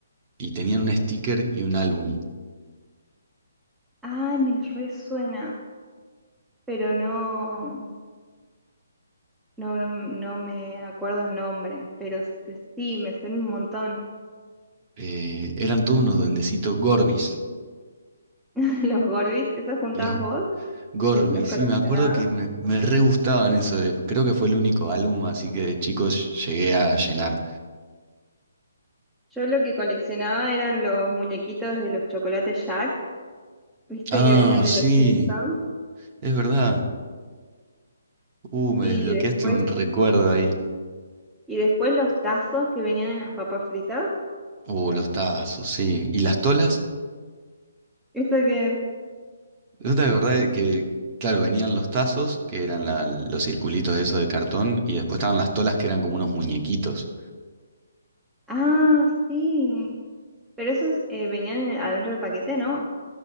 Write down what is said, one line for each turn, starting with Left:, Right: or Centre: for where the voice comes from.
Right: y tenían un sticker y un álbum.
Centre: Ay, me resuena, pero no, no, no, no me acuerdo el nombre, pero s- eh, sí, me suena un montón.
Right: Eh, eran todos unos duendecitos Gorbis.
Centre: <laughs> Los Gorbis, ¿esos juntabas
Right: Los
Centre: vos?
Right: Gorbis,
Centre: ¿Los coleccionabas?
Right: sí, me acuerdo que me, me re gustaban eso. eh, Creo que fue el único álbum, así que de chicos llegué a llenar.
Centre: Yo lo que coleccionaba eran los muñequitos de los chocolates Jack, ¿viste
Right: Ah,
Centre: que venían de
Right: sí,
Centre: los Simpsons?
Right: es verdad. Uh, me
Centre: Sí,
Right: desbloqueaste
Centre: después
Right: un recuerdo ahí.
Centre: Y después los tazos que venían en las papas fritas.
Right: Uh, los tazos, sí. ¿Y las tolas?
Centre: Eso que.
Right: Es de verdad que, claro, venían los tazos, que eran la- los circulitos esos de cartón, y después estaban las tolas, que eran como unos muñequitos.
Centre: Ah, sí. Pero esos eh, venían en- adentro del paquete, ¿no?